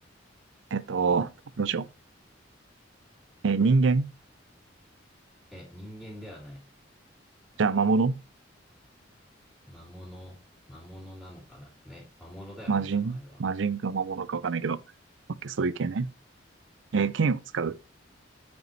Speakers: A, on the right; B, in the centre.
A: えっと、どうしよう。えー人間
B: え、人間ではない。
A: じゃあ、魔物
B: 魔物、魔物なのかな。ね、魔物だよね、
A: 魔人魔人か魔物かわかんないけど。
B: 多分あれは。
A: オッケー、そういう系ね。えー剣を使う